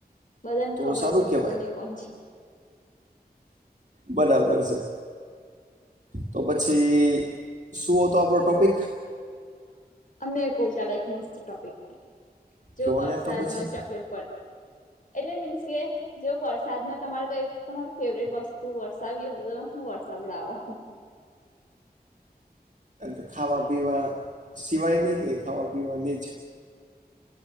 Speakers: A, on the left; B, on the right.
A: બધાને
B: તો
A: ખબર
B: સારું
A: છે
B: કહેવાય
A: ખબર નહ કોણ છે.
B: બરાબર છે. તો પછી શું હતો આપણો ટોપિક.
A: અમે ક ચલે એક મસ્ત ટોપિક જો
B: કયો
A: વરસાદમાં
B: ને તો પછી
A: ચોકલેટ એટલે મીન્સ કે જો વરસાદમાં તમારે કઈ તમારી ફેવરેટ વસ્તુ વરસાવી હો તો તમે હું વરસાવડાવો.
B: એ ખાવા પીવા સિવાય નની કે ખાવા પીવાની જ.